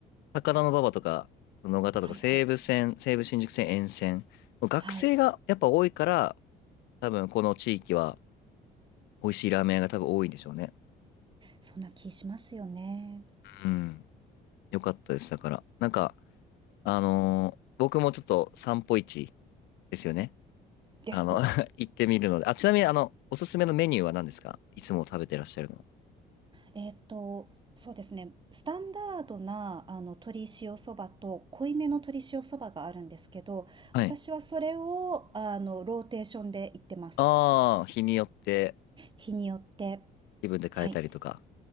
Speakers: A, on the left; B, on the right.
A: 高田馬場とか、野方とか、
B: はいはい。
A: 西武線、西武新宿線沿線、学生がやっぱ多いから、
B: はい、
A: 多分この地域は美味しいラーメン屋が多分多いんでしょうね。
B: そんな気しますよね。
A: うん。よかったです。だから、なんか、あのー僕もちょっと散歩市ですよね。
B: ですです。
A: あの <laughs> 行ってみるので。あ、ちなみに、あの、おすすめのメニューは何ですかいつも食べてらっしゃるのは。
B: えっーと、そうですね。スタンダードな、あの、鶏塩そばと濃いめの鶏塩そばがあるんですけど、
A: はい。
B: 私はそれを、あの、ローテーションで行ってます。
A: ああ、日によって
B: 日によって。
A: 気分で変えたりとか。
B: はい。